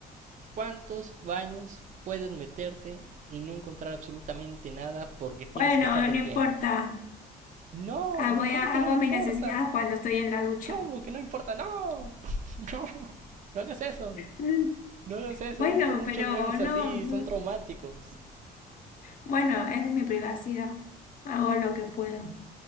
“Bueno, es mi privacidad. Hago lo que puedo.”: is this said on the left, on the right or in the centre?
Left